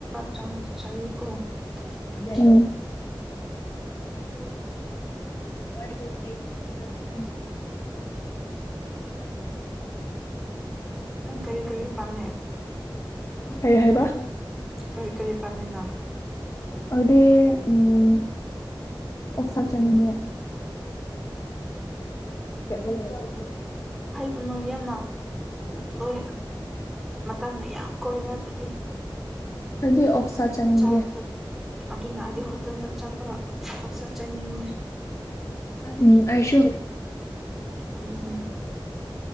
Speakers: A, in the centre; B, on the left.
A: ꯆꯃ ꯆ ꯀꯣ <unintelligible>
B: ꯎꯝ ꯋꯥ ꯁꯠꯀꯦꯖꯒ ꯎꯝ
A: ꯅꯪ ꯀꯔꯤ ꯀꯔꯤꯗꯤ ꯄꯥꯝꯃꯦ
B: ꯀꯔꯤ ꯍꯥꯏꯕ
A: ꯀꯔꯤ ꯀꯔꯤ ꯄꯥꯝꯃꯦ ꯅꯪ
B: ꯑꯗꯨꯗꯤ ꯎꯝ ꯎ ꯑꯣꯛ ꯁꯥꯠ ꯆꯠꯅꯤꯡꯅꯦ <unintelligible>
A: ꯀꯅꯨ ꯌꯥꯝꯅ ꯂꯣꯏ ꯃꯇꯝꯅ ꯌꯥꯝ ꯀꯣꯏꯔꯦ ꯑꯗꯨꯗꯤ
B: ꯑꯩꯗꯤ ꯑꯣꯛꯁꯥ ꯆꯥꯅꯤꯡꯉꯦ
A: ꯆ ꯆ ꯑꯗꯨꯅ ꯍꯥꯏꯗꯤ ꯍꯣꯇꯦꯜꯗ ꯆꯠꯄ ꯆꯠꯆꯅꯤꯡꯉꯦ
B: ꯎꯝ ꯑꯁꯨ
A: ꯑꯗꯨꯅꯦ